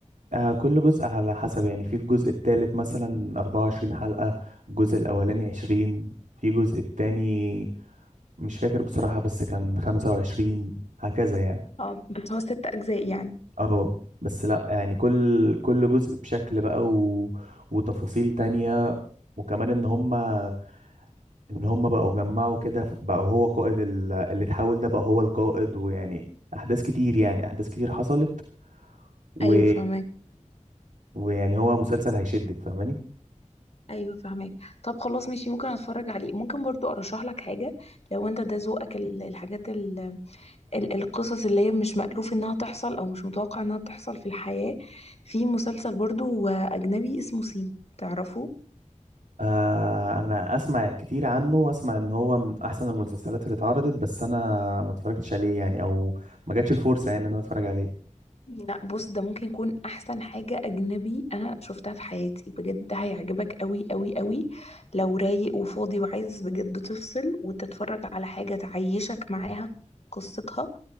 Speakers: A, on the right (about 75°); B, on the left (about 55°).
A: آه كل جزء على حسب يعني في الجزء التالت مثلا 24 حلقة الجزء الأولاني
B: مم.
A: 20 في الجزء التاني مش فاكر بصراحة بس كان خمسة وعشرين هكذا يعني
B: اه بس هو ست اجزاء يعني
A: اه بس لا يعني كل كل جزء بشكل بقى و... وتفاصيل تانية وكمان ان هما ان هما بقوا جمعوا كده ف- بقى هو قائد ال... اللي اتحول ده بقى هو القائد ويعني احداث كتير يعني احداث كتير حصلت و...
B: ايوه فهمك
A: ويعني هو مسلسل هيشدك فاهماني
B: ايوه فهمك طب خلاص ماشي ممكن اتفرج عليه ممكن برضو ارشح لك حاجه لو انت ده ذوقك ال- الحاجات ال ال القصص اللي هي مش مألوف انها تحصل او مش متوقع انها تحصل في الحياه في مسلسل برضو آه، اجنبي اسمه سي تعرفه
A: آه انا اسمع كتير عنه واسمع ان هو من احسن المسلسلات اللي اتعرضت بس انا ما اتفرجتش عليه يعني او ما جاتش الفرصه يعني ان انا اتفرج عليه
B: لا بص ده ممكن يكون احسن حاجة اجنبي انا شفتها في حياتي بجد ده هيعجبك قوي قوي قوي لو رايق وفاضي وعايز بجد تفصل وتتفرج على حاجة تعيشك معاها قصتها